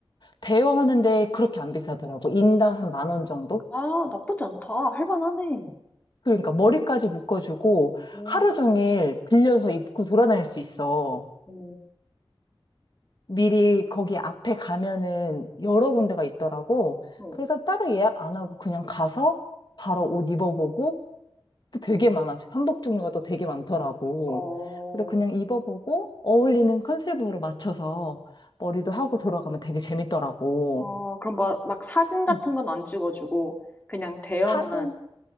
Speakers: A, on the left (about 50°); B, on the left (about 20°).
A: 대여하는데 그렇게 안 비싸더라고. 인당 한 만 원 정도?
B: 아, 나쁘지 않다. 할만하네.
A: 그러니까 머리까지 묶어주고
B: 오,
A: 하루 종일 빌려서 입고 돌아다닐 수 있어.
B: 오
A: 미리 거기 앞에 가면은 여러 군데가 있더라고.
B: 오
A: 그래서 따로 예약 안 하고 그냥 가서 바로 옷 입어보고 또 되게 많아. 한복 종류가 또 되게 많더라고.
B: 어,
A: 그래서 그냥 입어보고 어울리는 컨셉으로 맞춰서 머리도 하고 들어가면 되게 재밌더라고.
B: 어, 그럼 막, 막 사진 같은
A: 음.
B: 건 안 찍어주고, 그냥 대여만.
A: 사진?